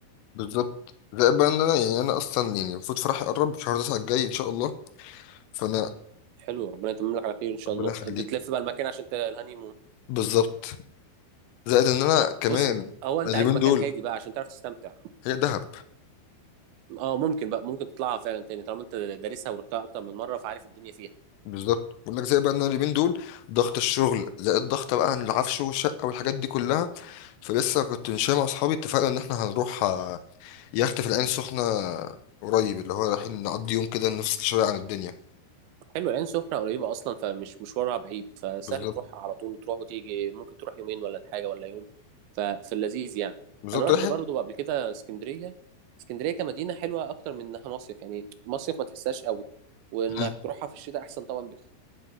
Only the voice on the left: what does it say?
بالظبط زي بقى ان انا يعني انا اصلا يعني المفروض فرحي يقرب شهر 9 الجاي ان شاء الله فانا
ربنا
يخليك
بالظبط زائد ان انا كمان
اليومين
دول
هي دهب
بالظبط بقول لك زي بقى ان أنا اليومين دول ضغط الشغل زائد ضغط بقى العفش والشقه والحاجات دي كلها فلسه كنت ماشي مع اصحابي اتفقنا ان احنا هنروح آه، يخت في العين السخنه قريب اللي هو رايحين نقضي يوم كده نفصل شويه عن الدنيا
بالظبط
بالظبط
رايحين
مم.